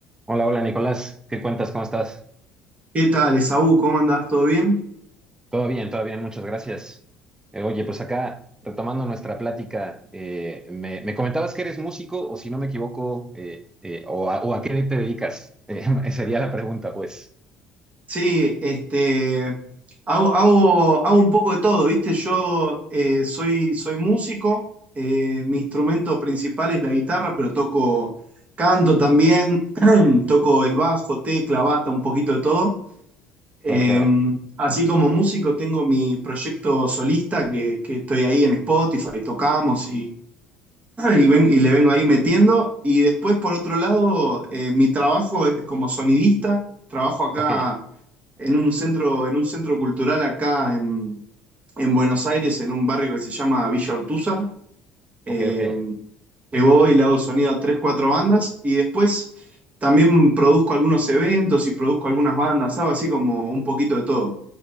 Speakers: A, on the right; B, on the right.
A: Hola, hola Nicolás, ¿qué cuentas? ¿Cómo estás?
B: ¿Qué tal, Esaú? ¿Cómo andás? ¿Todo bien?
A: Todo bien, todo bien, muchas gracias. Eh, oye, pues acá, retomando nuestra plática, eh, me, me comentabas que eres músico, o si no me equivoco, eh, eh, o, a, o a qué te dedicas. Eh, <laughs> sería la pregunta, pues.
B: Sí, este, hago, hago, hago un poco de todo, ¿viste? Yo eh, soy, soy músico, eh, mi instrumento principal es la guitarra, pero toco canto también, <clears throat> toco el bajo, tecla, bata, un poquito de todo.
A: Claro,
B: Eh,
A: claro.
B: así como músico tengo mi proyecto solista que, que estoy ahí en Spotify, tocamos y, ven- y le vengo ahí metiendo. Y después, por otro lado, eh, mi trabajo es como sonidista. Trabajo acá
A: Ok,
B: en un centro, en un centro cultural acá en, en Buenos Aires, en un barrio que se llama Villa Ortúzar.
A: ok,
B: Eh,
A: ok.
B: que voy y le hago sonido a tres, cuatro bandas. Y después también produzco algunos eventos y produzco algunas bandas. Hago así como un poquito de todo.